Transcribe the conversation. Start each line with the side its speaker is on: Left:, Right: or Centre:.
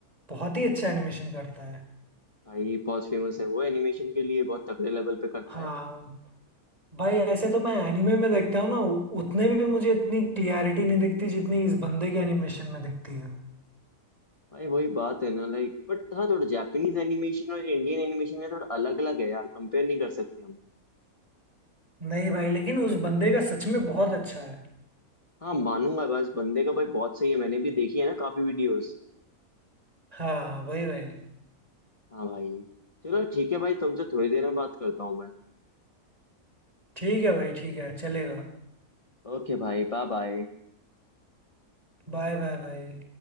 Right: बहुत ही अच्छा एनिमेशन करता है
Left: भाई बहुत फेमस है वो एनिमेशन के लिए बहुत तगड़े लेवल पे करता
Right: हाँ
Left: है
Right: भाई ऐसे तो मैं एनिमे में देखता हूँ ना उ- उतने भी मुझे इतनी क्लियरिटी नहीं दिखती जितनी इस बंदे के एनिमेशन में दिखती है
Left: भाई वही बात है ना लाइक बट हाँ थोड़ा जापानीज एनिमेशन और इंडियन एनिमेशन है थोड़ा अलग अलग है यार कंपेयर नहीं कर सकते हम
Right: नहीं भाई लेकिन उस बंदे का सच में बहुत अच्छा है
Left: हाँ मानूंगा बस बंदे का भाई बहुत सही है मैंने भी देखी है ना काफी वीडियोस
Right: हाँ भाई भाई
Left: हाँ भाई चलो ठीक है भाई तुमसे थोड़ी देर में बात करता हूँ मैं
Right: ठीक है भाई ठीक है चलेगा
Left: ओके भाई बाय बाय
Right: बाय बाय भाई